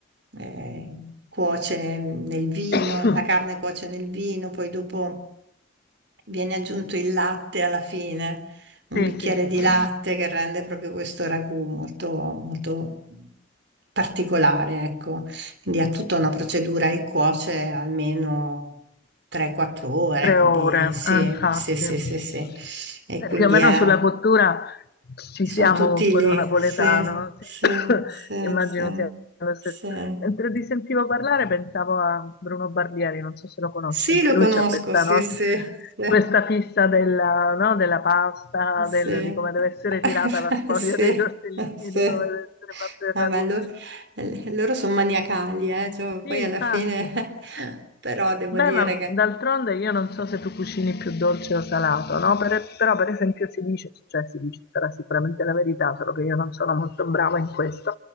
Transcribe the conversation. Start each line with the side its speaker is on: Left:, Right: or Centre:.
Right: eh, cuoce ne- nel vino,
Left: <coughs>
Right: la carne cuoce nel vino, poi dopo viene aggiunto il latte alla fine un
Left: Sì,
Right: bicchiere
Left: sì, sì,
Right: di
Left: sì.
Right: latte che rende proprio questo ragù molto, molto particolare, ecco. Quindi ha tutta una procedura e cuoce almeno 3-4 ore,
Left: Tre
Right: quindi
Left: ore,
Right: sì,
Left: eh, infatti.
Right: sì, sì,
Left: Eh,
Right: sì, sì. E quindi
Left: più o meno
Right: è,
Left: sulla cottura ci
Right: sono
Left: siamo
Right: tutti
Left: con quello
Right: lì,
Left: napoletano,
Right: sì, sì,
Left: sì. <coughs>
Right: sì,
Left: Immagino
Right: sì,
Left: sia lo stesso.
Right: sì.
Left: Mentre ti sentivo parlare pensavo a Bruno Barbieri, non so se lo conosci,
Right: Sì,
Left: anche
Right: lo
Left: lui
Right: conosco,
Left: c'ha questa,
Right: sì,
Left: no?
Right: sì, sì.
Left: questa fissa della, no? della pasta,
Right: Sì,
Left: del- di come deve essere
Right: <laughs>
Left: tirata la sfoglia
Right: sì,
Left: dei tortellini,
Right: sì.
Left: di come deve essere fatto il
Right: Ah,
Left: ragù.
Right: beh, lo- eh, loro sono maniacali, eh, cioè,
Left: Sì,
Right: poi
Left: infatti.
Right: alla fine, <laughs> però devo
Left: Beh,
Right: dire
Left: ma
Right: che
Left: d'altronde io non so se tu cucini più dolce o salato, no? Per- però per esempio si dice, cioè si dice, sarà sicuramente la verità, solo che io non sono molto brava in questo,